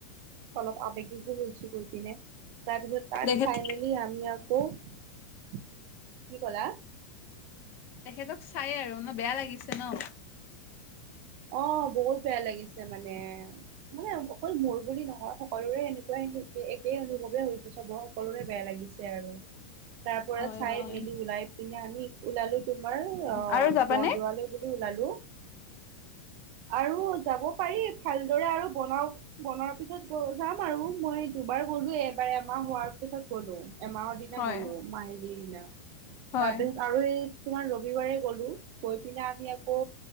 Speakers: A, on the right; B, on the left.
A: অলপ আৱেগিকো হৈছো গৈ পিনে তাৰপিছত তাত
B: তেখেত
A: চাই মেলি আমি আকৌ কি কলা।
B: তেখেতক চাই আৰু ন বেয়া লাগিছে ন।
A: অ বহুত বেয়া লাগিছে মানে মানে অকল মোৰ বুলি নহয় সকলোৰে এনেকুৱাই এ একেই অনুভৱে হৈছে চবৰ সকলোৰে বেয়া লাগিছ। ছে আৰু তাৰ পৰা
B: হয়
A: চাই
B: হয়
A: মেলি ওলাই পিনে আমি ওলালো তোমাৰ অ
B: আৰু যাবানে
A: বৰদোৱালৈ বুলি ওলালো আৰু যাব পাৰি ভালদৰে আৰু বনাও বনোৱাৰ পিছত গ যাম আৰু মই দুবাৰ গ'লো এবাৰ এমাহ হোৱাৰ পিছত গলো এমাহৰ দিনা
B: হয়
A: গলো মাহিলি দিনা
B: হয়
A: তাৰপিছ আৰু এই তোমাৰ ৰবিবাৰেই গ'লো গৈ পিনে আমি আকৌ